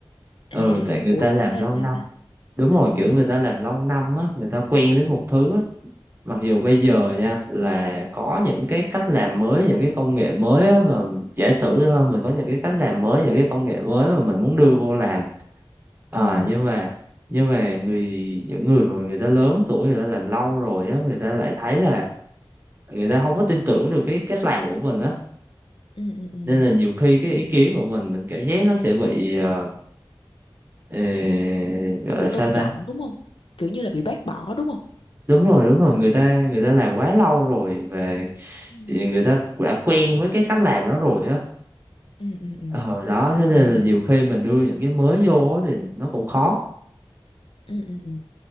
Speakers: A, on the right; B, on the left.
A: ừ
B: À,
A: tại người
B: ủa,
A: ta làm
B: ủa là
A: lâu
B: sao
A: năm
B: ta?
A: đúng rồi
B: ừ
A: kiểu người ta làm lâu năm á người ta quen với một thứ á, mặc dù bây giờ nha là có những cái cách làm mới những cái công nghệ mới á, mà giả sử
B: Ừ.
A: thôi, mình có những cái cách làm mới những cái công nghệ mới mà mình muốn đưa vô làm à,
B: ừ
A: nhưng mà nhưng mà người những người mà người ta lớn tuổi người ta làm lâu rồi á người ta lại thấy là người ta không có tin tưởng được cái cách làm của mình á
B: Ừ, ừ, ừ.
A: nên là nhiều khi cái ý kiến của mình mình cảm giác nó sẽ bị ờ, ờ,
B: Không
A: gọi là
B: được
A: sao
B: tôn trọng
A: ta
B: đúng không? kiểu như là bị bác bỏ đúng không
A: đúng rồi đúng rồi người ta người ta làm quá lâu rồi và
B: Ừ.
A: thì người ta đã quen với cái cách làm đó rồi á
B: Ừ, ừ, ừ.
A: ờ đó
B: Hiểu,
A: thế nên
B: hiểu, hiểu.
A: là nhiều khi mình đưa những cái mới vô á thì nó cũng khó
B: Ừ, ừ, ừ.